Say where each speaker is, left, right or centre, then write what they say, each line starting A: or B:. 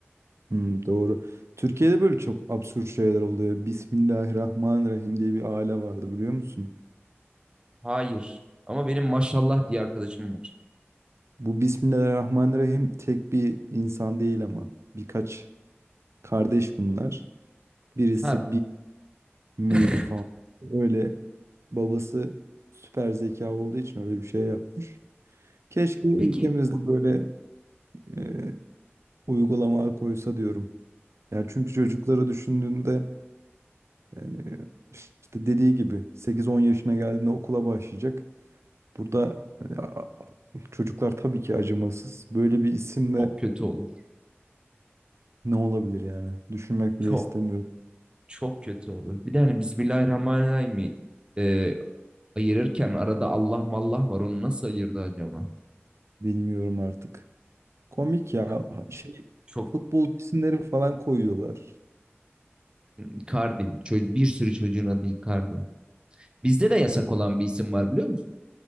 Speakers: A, on the right; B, on the right.
A: Hı, doğru. Türkiye'de böyle çok absürt şeyler oluyor. Bismillahirrahmanirrahim diye bir aile vardı biliyor musun?
B: Hayır. Ama benim maşallah diye arkadaşım var.
A: Bu Bismillahirrahmanirrahim tek bir insan değil ama birkaç kardeş bunlar. Birisi
B: Ha,
A: mil
B: <laughs>
A: falan. Öyle babası süper zeka olduğu için öyle bir şey yapmış. Keşke ülkemizde
B: peki
A: böyle e, uygulamalar koysa diyorum. Yani çünkü çocukları düşündüğünde yani işte dediği gibi sekiz on yaşına geldiğinde okula başlayacak. Burada e, a- a- çocuklar tabii ki acımasız. Böyle bir isimle
B: çok kötü olur.
A: ne olabilir yani? Düşünmek
B: Çok
A: bile istemiyorum.
B: çok kötü olur. Bir de hani Bismillahirrahmanirrahim'i e, ayırırken arada Allah mallah var. Onu nasıl ayırdı acaba?
A: Bilmiyorum artık. Komik ya.
B: Yani
A: Şey
B: çok
A: futbol isimleri falan koyuyorlar.
B: Icardi. Bir sürü çocuğun adı Icardi. Bizde de yasak olan bir isim var biliyor musun?